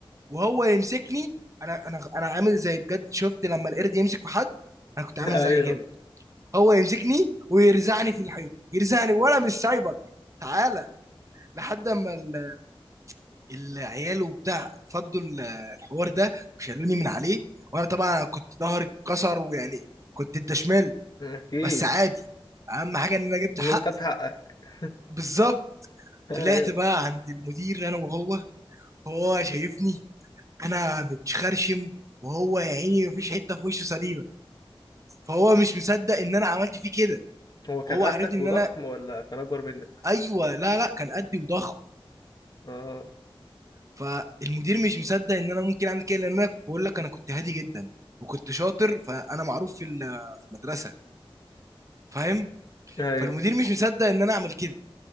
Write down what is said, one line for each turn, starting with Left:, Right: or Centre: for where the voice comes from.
Right: وهو يمسكني انا انا انا عامل زي بجد شفت لما القرد يمسك في حد انا كنت
Left: <laughs>
Right: عامل زي
Left: ايوه
Right: كده هو يمسكني ويرزعني في الحيط يرزعني وانا مش سايبك تعالى لحد اما ال- العيال وبتاع فضوا ال- الحوار ده وشالوني من عليه وانا طبعا كنت ظهري اتكسر ويعني كنت انت شمال
Left: اكيد
Right: بس عادي اهم حاجه ان انا جبت
Left: المهم
Right: حقي
Left: خدت حقك
Right: بالظبط
Left: ايوه
Right: طلعت بقى عند المدير انا وهو هو شايفني انا متخرشم وهو يا عيني مفيش حته في وشه سليمه فهو مش مصدق ان انا عملت فيه كده
Left: هو كان
Right: وهو
Left: قدك
Right: عارفني
Left: وضخم
Right: ان انا
Left: ولا كان اكبر منك
Right: ايوه لا لا كان قدي وضخم
Left: اه
Right: فالمدير مش مصدق ان انا ممكن اعمل كده لان انا بقول لك انا كنت هادي جدا وكنت شاطر فانا معروف في ال- في المدرسه فاهم
Left: ايوه
Right: فالمدير مش مصدق ان انا اعمل كده